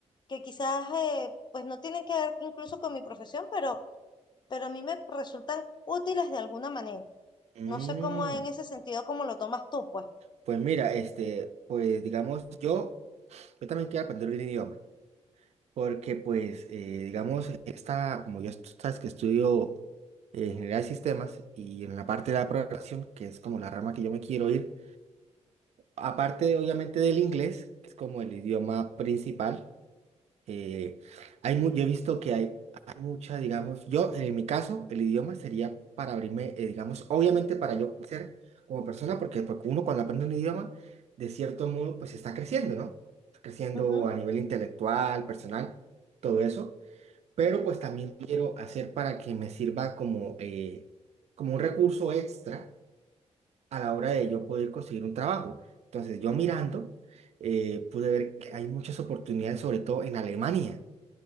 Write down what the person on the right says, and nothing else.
Mm,
pues mira, este, pues digamos, yo, yo también quiero aprender un idioma, porque pues, eh, digamos, esta, como yo tú sabes que estudio eh, ingeniería de sistemas y en la parte de la programación, que es como la rama que yo me quiero ir, Aparte, obviamente, del inglés, que es como el idioma principal, eh, hay mu- yo he visto que hay, hay mucha, digamos, yo en mi caso, el idioma sería para abrirme, eh, digamos, obviamente para yo crecer como persona, porque, porque uno cuando aprende un idioma, de cierto modo, pues está creciendo, ¿no? Está creciendo
a nivel intelectual, personal, todo eso, pero pues también quiero hacer para que me sirva como, eh, como un recurso extra a la hora de yo poder conseguir un trabajo. Entonces, yo mirando, eh, pude ver que hay muchas oportunidades, sobre todo en Alemania.